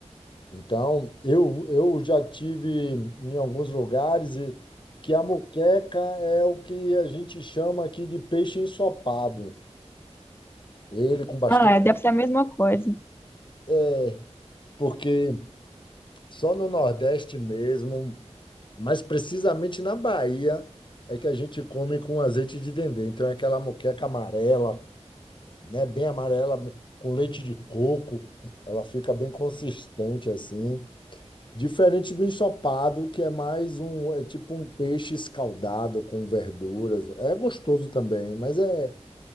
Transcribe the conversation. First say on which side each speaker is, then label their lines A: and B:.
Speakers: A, on the left; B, on the left.
A: Então, eu, eu já tive em alguns lugares e que a moqueca é o que a gente chama aqui de peixe ensopado. Ele com bastante.
B: Ah, é, deve ser a mesma coisa.
A: É, porque só no Nordeste mesmo, mas precisamente na Bahia, é que a gente come com azeite de dendê. Então, é aquela moqueca amarela, né? Bem amarela, com leite de coco. Ela fica bem consistente assim. Diferente do ensopado, que é mais um, é tipo um peixe escaldado com verduras. É gostoso também, mas é,